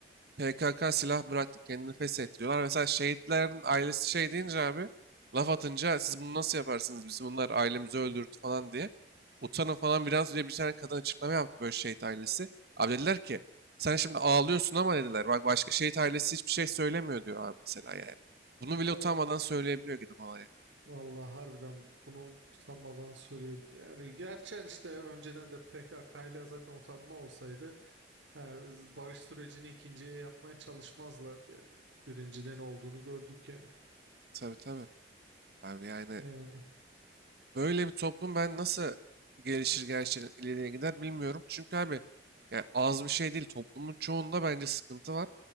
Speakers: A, on the right; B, on the right.
A: PKK silah bıraktı, kendini feshettiriyorlar. Mesela şehitlerin ailesi şey deyince abi, laf atınca siz bunu nasıl yaparsınız? Bizim bunlar ailemizi öldürdü falan diye. Utanın falan biraz diye bir tane kadın açıklama yaptı böyle şehit ailesi. Abi dediler ki, sen şimdi ağlıyorsun ama dediler. Bak başka şehit ailesi hiçbir şey söylemiyor diyor abi mesela yani. Bunu bile
B: He,
A: utanmadan söyleyebiliyor gidip olaya.
B: Vallahi harbiden bunu utanmadan söyleyebilir. Yani gerçekten işte önceden de PKK ile zaten utanma olsaydı yani biz barış sürecini ikinciye yapmaya çalışmazlardı yani. birinciden olduğunu gördük yani.
A: Tabii tabii. Abi yani
B: Yani
A: Böyle bir toplum ben nasıl gelişir gerçekten ileriye gider bilmiyorum. Çünkü abi yani az bir şey değil. Toplumun çoğunda bence sıkıntı var.